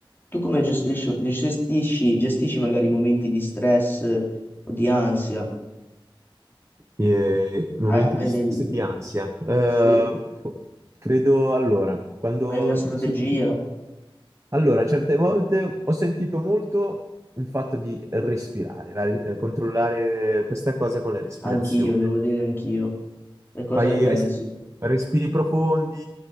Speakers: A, on the left (about 25°); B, on the right (about 30°).
A: tu come gestisci, gestisci, gestisci magari momenti di stress eh, o di ansia?
B: eh, momenti
A: Hai, hai
B: di stress
A: del-
B: e di ansia. Eh,
A: sì,
B: credo allora, quando
A: hai una strategia?
B: mi succede... Allora, certe volte ho sentito molto il fatto di respirare, la- eh, controllare questa cosa con la respirazione.
A: Anch'io, devo dire anch'io. E cosa
B: Fai
A: ne pensi?
B: res- respiri profondi,